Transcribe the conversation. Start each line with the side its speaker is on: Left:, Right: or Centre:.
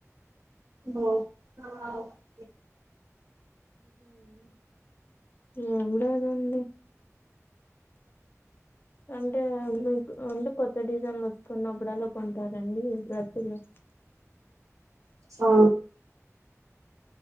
Right: ఓ <inaudible>
Left: ఎం లేదండి అంటే మీరు అంటే కొత్త డిజైన్లు వస్తుకున్నప్పుడలా కొంటారండి డ్రెస్సులు?
Right: హ